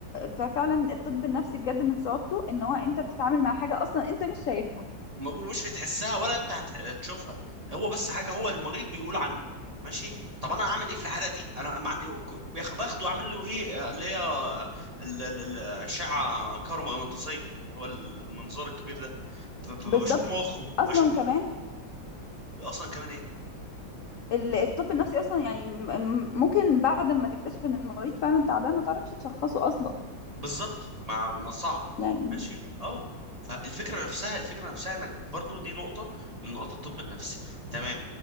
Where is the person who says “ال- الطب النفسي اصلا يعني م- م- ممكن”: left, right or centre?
Left